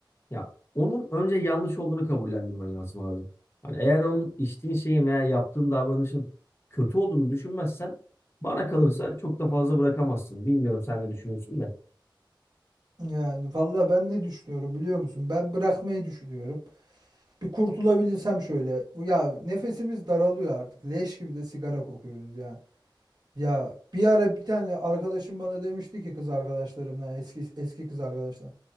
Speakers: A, on the left; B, on the right.
A: Ya onun önce yanlış olduğunu kabullendirmen lazım abi. Hani eğer onun içtiğin şeyin veya yaptığın davranışın kötü olduğunu düşünmezsen bana kalırsa çok da fazla bırakamazsın. Bilmiyorum sen ne düşünüyorsun da.
B: Yani vallahi ben ne düşünüyorum biliyor musun? Ben bırakmayı düşünüyorum. Bir kurtulabilirsem şöyle. Ya nefesimiz daralıyor artık. Leş gibi de sigara kokuyoruz ya. Ya bir ara bir tane arkadaşım bana demişti ki kız arkadaşlarımdan eski eski kız arkadaşlar.